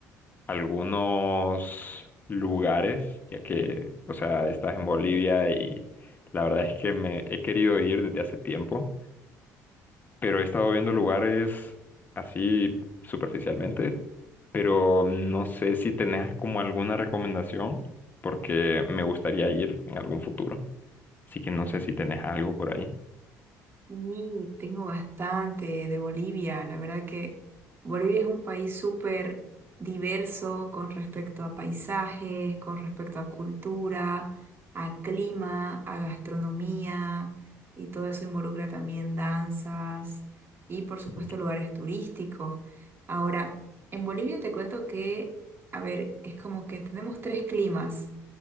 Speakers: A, on the left (about 30°); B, on the right (about 35°).
A: algunos lugares, ya que, o sea, estás en Bolivia y la verdad es que me he querido ir desde hace tiempo, pero he estado viendo lugares así superficialmente, pero no sé si tenés como alguna recomendación, porque me gustaría ir en algún futuro. Así que no sé si tenés algo por ahí.
B: Y tengo bastante de Bolivia. La verdad que Bolivia es un país súper diverso con respecto a paisajes, con respecto a cultura, a clima, a gastronomía y todo eso involucra también danzas y por supuesto
A: Mm.
B: lugares turísticos. Ahora, en Bolivia te cuento que, a ver, es como que tenemos tres climas.